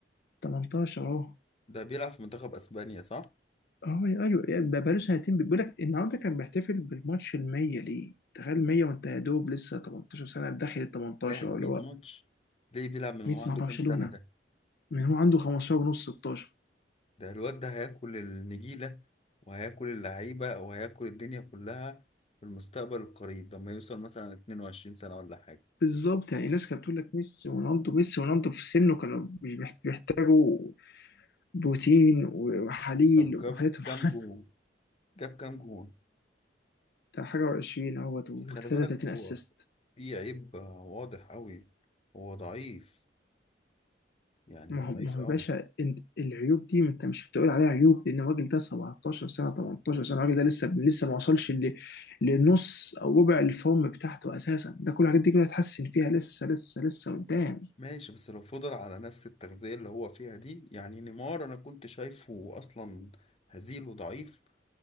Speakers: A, on the left (about 60°); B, on the left (about 35°).
A: 18 اهو
B: ده بيلعب في منتخب اسبانيا صح
A: اه ايوه يعني بقاله سنتين بيقول لك النهارده كان بيحتفل بالماتش ال 100 ليه تخيل 100 وانت يا دوب لسه 18 سنة داخل ال 18
B: لعب
A: اهو اللي
B: 100
A: هو
B: ماتش ليه بيلعب من هو
A: 100
B: عنده
A: مع برشلونة
B: كام سنة ده
A: من هو عنده 15 ونص 16
B: ده الواد ده هياكل النجيلة وهياكل اللعيبة وهياكل الدنيا كلها في المستقبل القريب لما يوصل مثلا 22 سنة ولا حاجة
A: بالظبط يعني الناس كانت بتقول لك ميسي ورونالدو ميسي ورونالدو في سنه كانوا بيحت- بيحتاجوا بروتين وحليل
B: طب جاب
A: وحالتهم
B: كام
A: <laughs>
B: جون جاب كام جون
A: بتاع حاجة وعشرين اهوت و33
B: بس خلي بالك هو
A: اسيست
B: في عيب واضح قوي هو ضعيف يعني
A: ما
B: هو ضعيف
A: هو ما هو
B: قوي
A: يا باشا انت العيوب دي ما انت مش بتقول عليها عيوب لان الراجل ده 17 سنة 18 سنة الراجل ده لسه لسه ما وصلش ل- لنص او ربع الفورم بتاعته اساسا ده كل الحاجات دي كلها هتحسن فيها لسه لسه لسه قدام
B: ماشي بس لو فضل على نفس التغذية اللي هو فيها دي يعني نيمار أنا كنت شايفه أصلا هزيل وضعيف